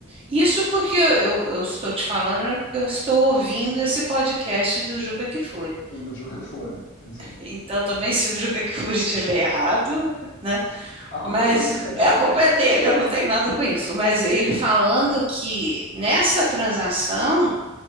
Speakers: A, on the right; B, on the left.
A: Isso porque eu, eu- eu estou te falando, porque eu estou ouvindo esse podcast do Juca Kfouri.
B: Sendo do jogo que for, sim, sim.
A: Então, também, se o Juca Kfouri estiver errado, né?
B: A culpa
A: Mas
B: é dele. <laughs>
A: é, a culpa é dele, eu não tenho nada com isso. Mas ele falando que nessa transação,